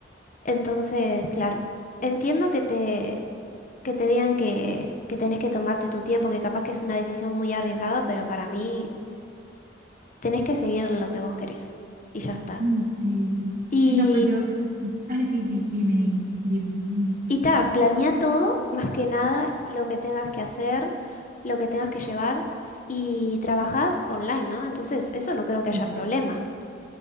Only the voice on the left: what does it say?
Entonces, claro, entiendo que te, que te digan que, que tenés que tomarte tu tiempo, que capaz que es una decisión muy arriesgada, pero para mí tenés que seguir lo que vos querés. Y ya está.
Y
Y ta, planea todo, más que nada lo que tengas que hacer, lo que tengas que llevar y trabajas online, ¿no? Entonces, eso no creo que haya
problema.